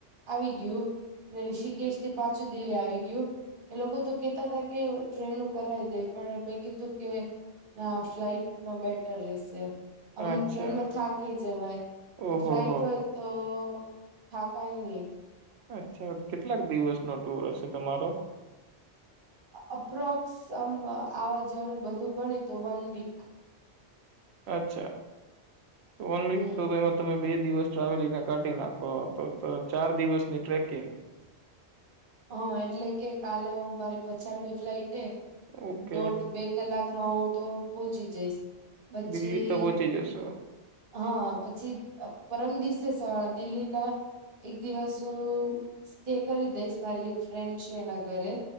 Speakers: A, on the right (about 55°); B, on the right (about 75°).
A: આવી ગયું ને રીષિકેશ થી પાછું દિલ્લી આવી ગયું એ લોકો તો કેતા હતા કે ટ્રેન નું કરાવી દેય પણ મેં કીધું કે ના ફ્લાઈટમાં બેટર રહેશે આમ
B: અચ્છા
A: ટ્રેનમાં થાકી જવાય આમ
B: ઓહો
A: ફ્લાઇટ
B: હો
A: હોય તો થાકાય ની
B: અચ્છા કેટલાક દિવસ નો ટુર હશે તમારો
A: અપ્રોક્સ આમ આવા જ બધું ગણી તો વન વીક
B: અચ્છા વન વીક
A: હમ
B: તો તમે તમે બે દિવસ ટ્રાવેલિંગને કાઢી નાખો તો ચાર દિવસની ટ્રેકિંગ
A: હા એટલે કે કાલે હું મારી પછાડની ફ્લાઇટ
B: ઓકે
A: દોઢ બે કલાક માં હું તો પહોચી જઈશ પછી
B: દિલ્હી તો પહોંચી જશો
A: હા પછી પરમ દિવસે સવા દિલ્હી ના એક દિવસ સ્ટે કરી દઈશ મારી એક ફ્રેન્ડ છે એના ઘરે